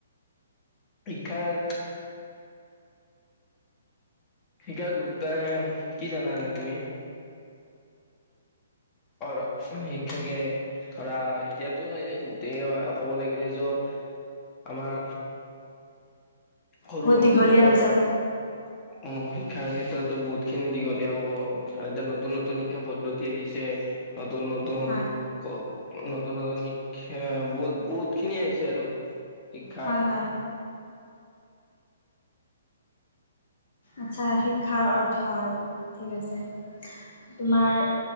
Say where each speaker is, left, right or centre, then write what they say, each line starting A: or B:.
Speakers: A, on the left (about 25°); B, on the left (about 55°).
A: শিক্ষাৰ শিকা গুৰুত্বই কি জানা এনেই তুমি? অ মানে শিক্ষাকে ধৰা এতিয়াতো এ গোটেই ক'ব লাগিলে য আমাৰ সৰু
B: বহুত দীঘলীয়া
A: মানে য
B: হৈ যাব
A: অ শিক্ষাৰ ক্ষেত্ৰতো বহুত খিনি দিঘলীয়া হব এতিয়া নতুন নতুন শিক্ষা পদ্ধতি আহিছে। নতুন নতুন
B: হয়
A: ক নতুন নতুন শিক্ষা বহুত বহুত খিনি আহিছে আৰু শিক্ষাৰ
B: হয় হয় আচ্ছা শিক্ষাৰ অৰ্থ আৰু ঠিক আছে। তোমাৰ